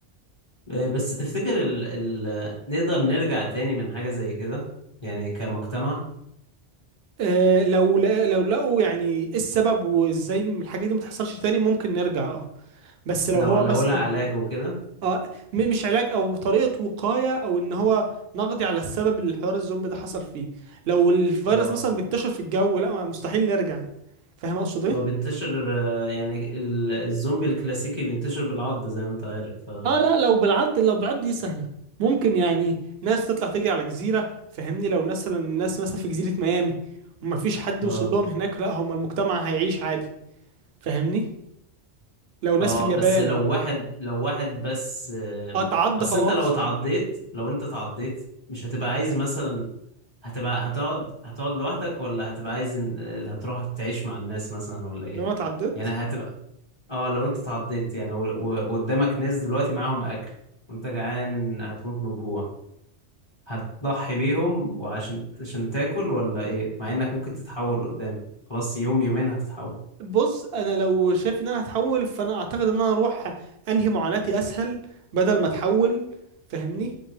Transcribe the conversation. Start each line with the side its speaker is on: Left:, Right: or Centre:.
Left: إيه، بس تفتكر ال... ال... نقدر نرجع تاني من حاجة زي كده يعني كمجتمع
Right: أه لو لا لو لقوا يعني ايه السبب وازاي الحاجة دي متحصلش تاني ممكن نرجع اه بس لو
Left: لو
Right: هو
Left: لو
Right: مثلا
Left: لها علاج وكده
Right: اه م- مش علاج او طريقه وقايه او ان هو نقضي على السبب اللي الحوار الزومبي ده حصل فيه لو الفيروس
Left: اه
Right: مثلا بينتشر في الجو لا ما- مستحيل نرجع فاهم اقصد ايه
Left: هو بينتشر آه، يعني ال- الزومبي الكلاسيكي بينتشر بالعض زي ما انت عارف ف...
Right: اه لا لو بالعض لو بالعض دي سهله ممكن يعني ناس تطلع تجري على جزيره فهمني لو مثلا الناس مثلا في جزيره ميامي وما فيش حد
Left: اه
Right: وصل لهم هناك لا هم المجتمع هيعيش عادي فاهمني لو ناس
Left: اه
Right: في اليابان
Left: بس لو واحد لو واحد بس آم،
Right: اه تعض
Left: اصل
Right: خلاص
Left: انت لو
Right: <laughs>
Left: اتعضيت لو انت اتعضيت مش هتبقى عايز مثلا هتبقى هتقعد هتقعد لوحدك ولا هتبقى عايز إن- آه، هتروح تعيش مع الناس مثلا ولا ايه
Right: لو انا اتعضت
Left: يعني هتبقى اه لو انت اتعضيت يعني و- و- وقدامك ناس دلوقتي معاهم اكل وانت جعان هتموت من الجوع هتضحي بيهم وعشان عشان تاكل ولا ايه مع انك ممكن تتحول قدام خلاص يوم يومين هتتحول
Right: بص انا لو شايف ان انا هتحول فانا اعتقد ان انا اروح انهي معاناتي اسهل بدل ما اتحول فاهمني